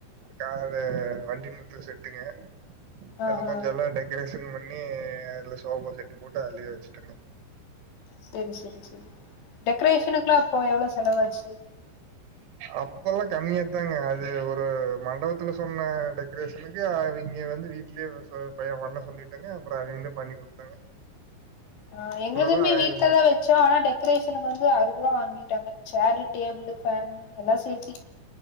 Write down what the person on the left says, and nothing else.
ஆஹா
செரி செரி செரி டெக்கரேஷனுக்குலா அப்போ எவ்ளோ செலவாச்சு
ஆ எங்குளுதுமே
வீட்டுலதா வெச்சோ ஆனா டெக்கரேஷனுக்கு வந்து அறுவதுபா வாங்கி டாங்க ஷேரு டேபிளு ஃபேனு எல்லா சேத்தி